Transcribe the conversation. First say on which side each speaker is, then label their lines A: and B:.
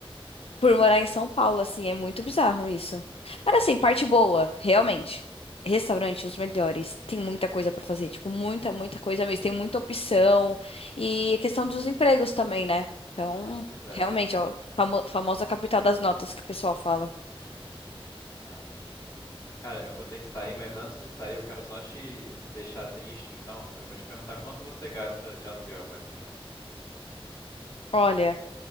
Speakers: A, on the left (about 75°); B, on the left (about 35°).
A: por morar em São Paulo, assim.
B: Uhum.
A: É muito bizarro isso. Mas assim, parte boa, realmente. Restaurante, os melhores. Tem muita coisa pra fazer, tipo, muita,
B: Uhum.
A: muita coisa mesmo. Tem muita opção. E a questão dos empregos também, né? Então,
B: É, pois
A: realmente,
B: é.
A: ó, famo- famosa capital das notas que o pessoal fala.
B: Uhum. É. Cara, eu vou ter que sair, mas antes de sair, eu quero só te deixar triste, então. Eu vou te perguntar quanto você gasta de aluguel, mais ou menos.
A: Olha,